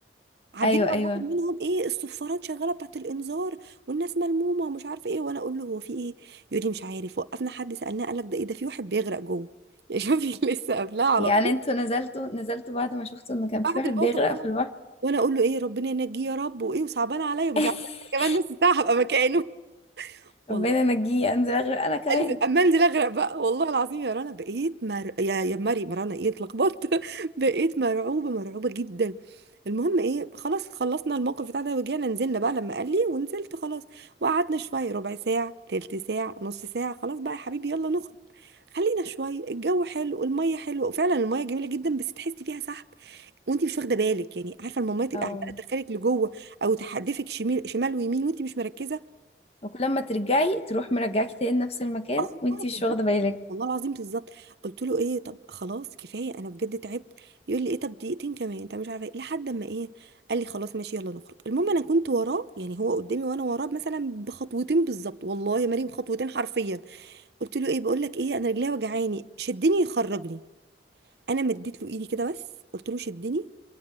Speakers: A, on the right (about 65°); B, on the left (about 35°).
A: عدينا
B: ايوه ايوه
A: على واحد منهم ايه الصفارات شغاله بتاعت الانذار والناس ملمومه ومش عارفه ايه وانا اقول له هو في ايه يقول لي مش عارف وقفنا حد سالناه قال لك ده ايه ده في واحد بيغرق جوه يا شوفي <laughs> لسه قبلها على
B: يعني
A: طول
B: انتوا نزلتوا نزلتوا بعد ما شفتوا ان كان
A: بعد
B: في واحد
A: الموقف
B: بيغرق
A: ده
B: في البحر
A: وانا اقول له ايه ربنا ينجيه يا رب وايه وصعبان عليا ومش
B: <laughs>
A: عارفه أنا كمان نص ساعه هبقى مكانه والله
B: ربنا نجيه انزل اغرق انا كمان
A: قال لي اما انزل اغرق بقى والله العظيم يا رنا بقيت مر... يا يا مري مرانا ايه اتلخبطت <laughs> بقيت مرعوبه مرعوبه جدا المهم ايه خلاص خلصنا الموقف بتاع ده ورجعنا نزلنا بقى لما قال لي ونزلت خلاص وقعدنا شويه ربع ساعه تلت ساعه نص ساعه خلاص بقى يا حبيبي يلا نخرج خلينا شويه الجو حلو الميه حلوه وفعلا الميه جميله جدا بس تحسي فيها سحب وانت مش واخده بالك يعني عارفه المامات تبقى
B: اه
A: عماله تدخلك لجوه او تحدفك شمال شمال ويمين وانت مش مركزه
B: وكل ما ترجعي تروح مرجعاكي تاني نفس المكان
A: اه
B: وانتي مش
A: بالظبط
B: واخده بالك
A: والله العظيم بالظبط قلت له ايه طب خلاص كفايه انا بجد تعبت يقول لي ايه طب دقيقتين كمان انت مش عارفه ايه لحد اما ايه قال لي خلاص ماشي يلا نخرج المهم انا كنت وراه يعني هو قدامي وانا وراه مثلا بخطوتين بالظبط والله يا مريم خطوتين حرفيا قلت له ايه بقول لك ايه انا رجليا وجعاني شدني يخرجني انا مديت له ايدي كده بس قلت له شدني